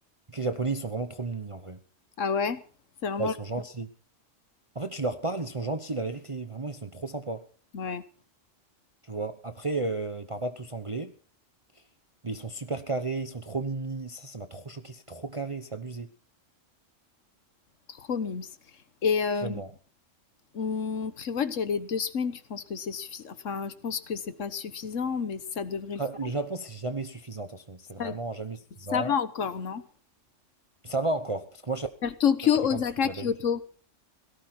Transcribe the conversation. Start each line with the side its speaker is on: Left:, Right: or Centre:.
Right: Les Japonais, ils sont vraiment trop mignons, en vrai.
Left: Ah ouais? C'est vraiment
Right: Ouais, ils
Left: le
Right: sont gentils.
Left: truc.
Right: En fait, tu leur parles, ils sont gentils, la vérité. Vraiment, ils sont trop sympas.
Left: Ouais,
Right: Tu vois. Après, euh, ils parlent pas tous anglais, mais ils sont super carrés, ils sont trop mimi. Ça, ça m'a trop choqué, c'est trop carré, c'est abusé.
Left: trop mimes. Et euh,
Right: Vraiment.
Left: on prévoit d'y aller deux semaines, tu penses que c'est suffisant? Enfin, je pense que c'est pas suffisant, mais ça devrait
Right: Ah,
Left: le faire.
Right: Le Japon, c'est jamais suffisant, attention. C'est vraiment
Left: Ça,
Right: jamais suffisant.
Left: ça va encore, non?
Right: Ça va encore, parce que moi,
Left: Faire Tokyo,
Right: j'ai fait
Left: Osaka,
Right: plein de trucs, la
Left: Kyoto.
Right: vérité.